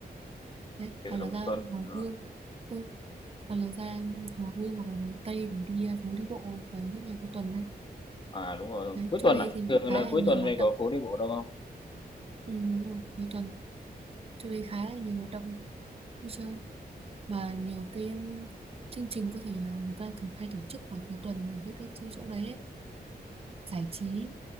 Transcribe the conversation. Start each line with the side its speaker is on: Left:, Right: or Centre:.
Right: đấy
Left: Chợ
Right: hoặc
Left: Đồng
Right: là ra
Left: Xuân,
Right: Hồ
Left: ờ,
Right: Gươm ừ. hoặc là ra Hồ Gươm hoặc là Hồ Tây để đi à, phố đi bộ vào những ngày cuối tuần này
Left: à, đúng rồi,
Right: đấy
Left: cuối
Right: chỗ
Left: tuần
Right: đấy
Left: à?
Right: thì
Left: Thường
Right: khá
Left: là
Right: là
Left: cuối
Right: nhiều
Left: tuần
Right: hoạt
Left: này
Right: động
Left: có phố đi bộ đâu không?
Right: ừ, đúng rồi cuối tuần chỗ đấy khá là nhiều hoạt động vui chơi mà nhiều cái um, chương trình có thể là người ta thường hay tổ chức vào cuối tuần với các chỗ chỗ đấy ấy, giải trí